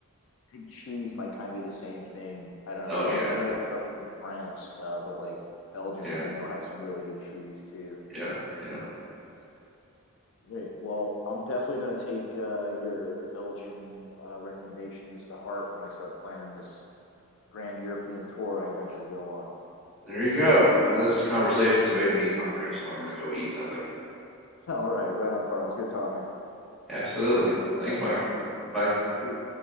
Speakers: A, on the left (about 60°); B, in the centre.
A: I think cheese might kind of be the same thing. I don't know.
B: Oh
A: I know,
B: yeah,
A: I know that's how it is in France, uh, but like Belgium,
B: yeah,
A: I know has some really good cheese too.
B: yeah, yeah.
A: Great. Well, I'm definitely going to take uh, your Belgian uh, recommendations to heart when I start planning this grand European tour I eventually go on.
B: There you go. Well, this conversation's made me hungry, so I'm gonna go eat something.
A: <laughs> All right, right on, Carl. It's good talking.
B: Absolutely. Thanks, Mike. Bye.
A: Thank you.